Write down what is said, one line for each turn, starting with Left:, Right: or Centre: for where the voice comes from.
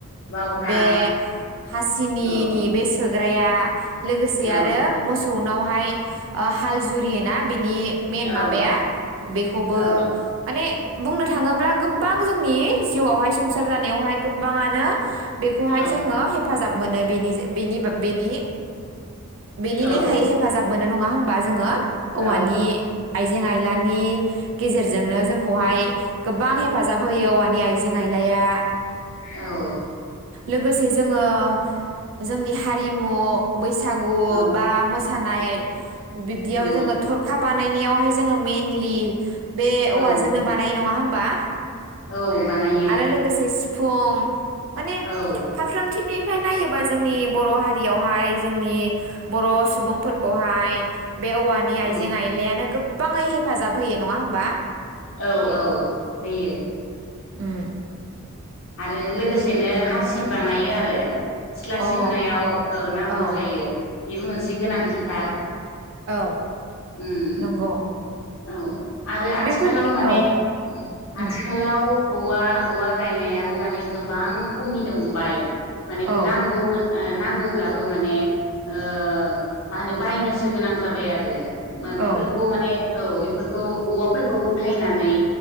Left: बावखा
Right: बे हासिनिनि
Left: ओं
Right: बे सो ग्राया लोगोसे
Left: औ
Right: आरो मोसौनो उानावहय हाल जुरियोना बिनि मेन
Left: औ
Right: माबाया बेखौबो
Left: औ
Right: मने बुंनो थाङोब्ला गोबां जोंनि जिउआवहाय संसार जानायावहाय गोबांनो बेखौहाय
Left: औ
Right: जोङो हेफाजाब मोनो बेनि बेनि बेनि बेनि
Left: औ
Right: लेखायै हेफाजाब मोनो नङा होनबा होनबा जोङो औवानि
Left: औ
Right: आइजें आइला नि गेजेरजोंनो जोंखौहाय गोबां हेफाजाब होयो औवानि आइ <unintelligible> लाया
Left: औ
Right: लोगोसे जोङो जोंनि हारिमु बैसागु
Left: औ
Right: बा मोसा थानाय बिब्दियाव
Left: औ
Right: जोङो थरखा बा बानायनायाव हाय जोंङो मेनलि बे औवाजोंनो
Left: औ
Right: बानायो नङा होम बा
Left: औ बानायो
Right: आरो लोगोसे सि फुं माने
Left: औ
Right: फारफ्रोम थिमि फ्राय नायोबा जोंनि बर हारियावहाय जोंनि बर सुबुंफोरखौहाय बे औवानि
Left: औ
Right: आइजें आइलायानो गोब गोबाङै हेफाजाब होयो नङा होमबा
Left: औ औ होयो
Right: उम
Left: आरो लोगोसेनो हासिब बानायो आरो सिथ्ला
Right: अ
Left: सिबनायाव ओ नांगौ
Right: औ
Left: जायो बेबो मोनसे गोनांथिथार
Right: औ
Left: ओम
Right: नंगौ
Left: औ आरो आथिखालाव
Right: बेफोरनि
Left: माने
Right: औ
Left: औ आथिखालाव
Right: उम
Left: औवा औवा गायनाया माने गोबां खमिनो हमबाय माने
Right: औ
Left: नांगौगोन ओ नांगौब्लाबो माने ओ मा होनो बायनोसो गोनां जाबाय आरो मा
Right: औ
Left: बेफोरखौ माने औ बेफोरखौ औवाफोरखौ उथायनानै